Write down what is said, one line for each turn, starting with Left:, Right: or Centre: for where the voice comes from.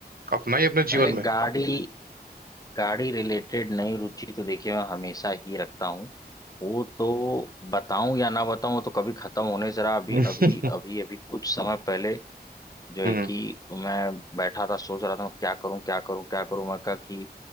Right: अपनाई अपने
Left: अरे
Right: जीवन में
Left: गाड़ी गाड़ी रिलेटेड नई रुचि तो देखिए मैं हमेशा ही रखता हूँ वो तो बताऊं या ना बताऊं वो तो कभी खत्म होने जरा अभी
Right: <laughs>
Left: अभी अभी अभी कुछ समय पहले जो है
Right: हम्म
Left: कि मैं बैठा था सोच रहा था क्या करूं क्या करूं क्या करूं मैं कहा कि